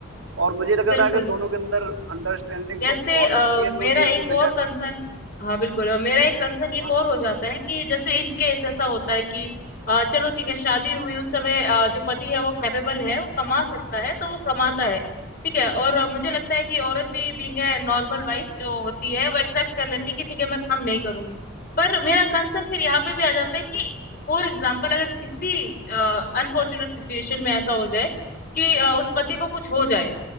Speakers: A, on the right; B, on the left.
A: और मुझे लग
B: बिल्कुल
A: रहा है अगर दोनों के अंदर अंडरस्टैंडिंग
B: जैसे
A: बहुत
B: अ,
A: अच्छी है
B: मेरा
A: तो ये
B: एक
A: सब बेजा
B: और कंसर्न हाँ बिल्कुल अ, मेरा एक कंसर्न एक
A: हाँ
B: और हो जाता है कि जैसे इन केस ऐसा होता है कि अ, चलो ठीक है शादी हुई उस समय अ, जो पति है वो कैपेबल है वो कमा सकता है तो वो कमाता है ठीक है और अ, मुझे लगता है कि
A: हम्म,
B: औरत भी बीइंग ए नॉर्मल वाइफ जो होती है वो एक्सेप्ट कर लेती है कि ठीक है मैं कम नहीं करूंगी पर मेरा कंसर्न फिर यहाँ पे भी आ जाता है कि फॉर एग्जाम्पल अगर किसी अनफॉर्चुनेट सिचुएशन में ऐसा हो जाए कि अ, उस पति को कुछ हो जाए